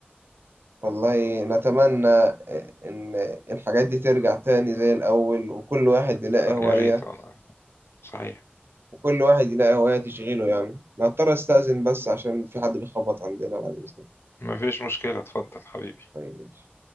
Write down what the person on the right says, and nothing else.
والله نتمنى آه، إن الحاجات دي ترجع تاني زي الأول وكل واحد يلاقي
هواية
وكل واحد يلاقي هواية تشغيله يعني أنا هضطر أستأذن بس عشان في حد بيخبط عندنا بعد إذنك
طيب ماشي